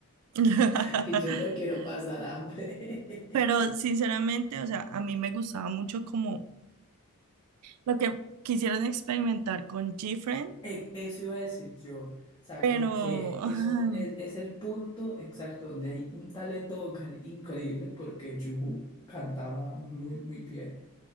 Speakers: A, on the right (about 75°); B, on the left (about 20°).
A: <laughs>
B: <laughs> y yo no quiero pasar hambre.
A: Pero sinceramente,
B: <laughs>
A: o sea, a mí me gustaba mucho como lo que quisieron experimentar con GFriend,
B: E- Eso iba a decir yo. O sea,
A: pero,
B: como que eso
A: ay,
B: es, es el punto exacto donde hay un talento vocal increíble porque Juhu cantaba muy, muy bien.